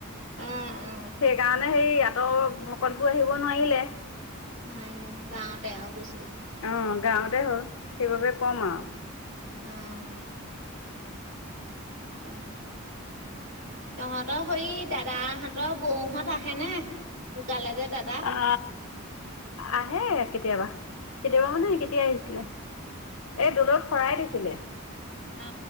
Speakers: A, on the right; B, on the left.
A: অ অ
B: সেইকাৰণে হেৰি আতৰৰ ভকতবোৰ আহিব নোৱাৰিলে।
A: নোৱাৰিলে গাঁৱতে আৰু বেছি ভাগ।
B: অ', গাঁৱতে হ'ল সেইবাবে কম আৰু।
A: উম, তাকে। তহঁতৰ সই দাদাহঁতৰ বৌহঁত আহে নে? ঢুকালে যে দাদা।
B: অ, আহে কেতিয়াবা কেতিয়াবা মানে কেতিয়াই আহিছিলে। এই দো'লত শৰাই দিছিলে।
A: অ